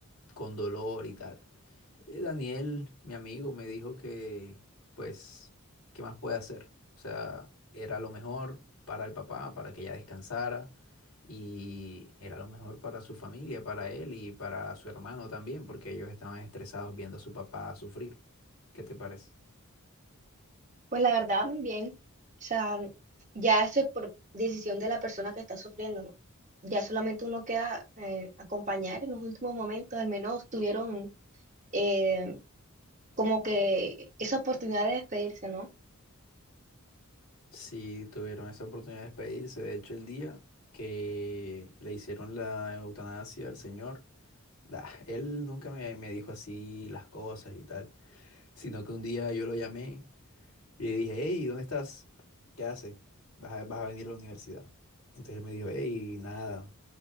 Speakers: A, on the left (about 85°); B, on the right (about 35°).
A: con dolor y tal. Eh, Daniel, mi amigo, me dijo que, pues, ¿qué más puede hacer? O sea, era lo mejor para el papá, para que ella descansara, y era lo mejor para su familia, para él y para su hermano también, porque ellos estaban estresados viendo a su papá sufrir. ¿Qué te parece?
B: Pues la verdad, bien. O sea, ya eso es por decisión de la persona que está sufriendo, ¿no? Ya solamente uno queda eh, acompañar en los últimos momentos. Al menos tuvieron eh, como que esa oportunidad de despedirse, ¿no?
A: Sí, tuvieron esa oportunidad de despedirse. De hecho, el día que le hicieron la eutanasia al señor, bah, él nunca me, me dijo así las cosas y tal, sino que un día yo lo llamé Y le dije, hey, ¿dónde estás? ¿Qué haces? ¿Vas a, vas a venir a la universidad? Entonces él me dijo, hey, nada,